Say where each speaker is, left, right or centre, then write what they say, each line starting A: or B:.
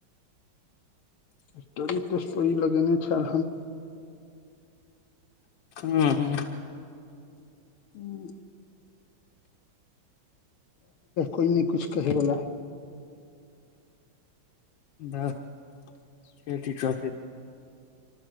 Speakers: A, on the left; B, on the left.
A: स्टोरी ते स्टोरी लगेने छल
B: हुँ
A: हूँ कोइ न कुछ के बोला
B: दस चठ चौ